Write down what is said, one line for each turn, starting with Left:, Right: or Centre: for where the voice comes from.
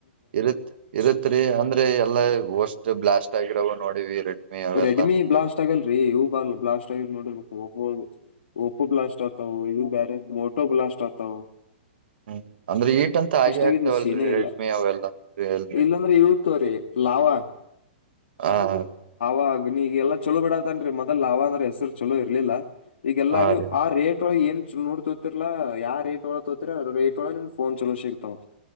Right: ಇರುತ್ ಇರುತ್ರಿ ಅಂದ್ರೆ ಎಲ್ಲಾ ವಸ್ಟ್ ಬ್ಲಾಸ್ಟ್ ಆಗಿರವು ನೋಡಿವಿ ರೆಡ್ಮಿ ಅವೆಲ್ಲಾ
Left: ರೆಡ್ಮಿ ಬ್ಲಾಸ್ಟ್ ಆಗಲ್ರರಿ ಇವು ಬ ಬ್ಲಾಸ್ ನೋಡಿರ್ಬೇಕು ಓಪೋ ಒಓಪೋ ಬ್ಲಾಸ್ಟ್ ಆಗ್ತವು ಇದು ಬ್ಯರೆ ಮೋಟೋ ಬ್ಲಾಸ್ಟ್ ಆಗ್ತಾವ
Right: <inaudible> ಹ್ಮ್ ಅಂದ್ರೆ ಈಟ್ ಅಂತ ಹಾಗೆ
Left: ಆಗಿದ್
Right: ಆಗ್ತವಲ್ರರಿ
Left: ಸೀನೇ
Right: ರೆಡ್ಮಿ
Left: ಇಲ್ಲ
Right: ಅವೆಲ್ಲ ರಿಯಲ್ಮಿ
Left: ಇಲ್ಲಾಂದ್ರೆ ಇವು ತೋರಿ ಲಾವಾ
Right: ಹ ಹ
Left: ಆಾಗ ನೀಗೆಲ್ಲ ಚಲೋ ಬಿಡದನ್್ರ ಮೊದಲ್ ಲಾವ ಅಂದ್ರ ಹೆಸರು ಚಲೋ ಇರ್ಲಿಲ್ಲ ಈಗೆಲ್ಲಾ
Right: ಹಾ
Left: ನೀವು
Right: ರೀ
Left: ಆ ರೇಟ್ ಒಳಗೆ ಏನ್ ನೋಡ್ ತೋತಿರ್ಲ್ಲಾ ಯಾ ರೇಟ್ ಒಳ ತೋತಿರ ಅ ರೇಟ್ ಒಳ ನಿಮ್ ೋನ್ ಚಲೋ ಸಿಗ್ತಾವ್